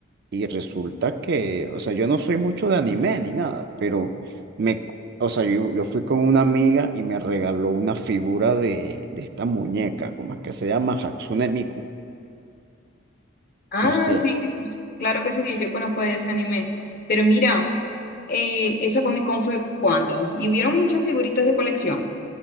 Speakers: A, on the right (about 60°); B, on the left (about 50°).
A: y resulta que, o sea, yo no soy mucho de anime ni nada, pero me, o sea, yo, yo fui con una amiga y me regaló una figura de, de esta muñeca, ¿cómo es que se llama? Hatsune Miku.
B: Ah,
A: No sé.
B: sí, que- claro que sí, yo conozco de ese anime. Pero mira, eh, esa Comic Con fue cuando y hubieron muchas figuritas de colección.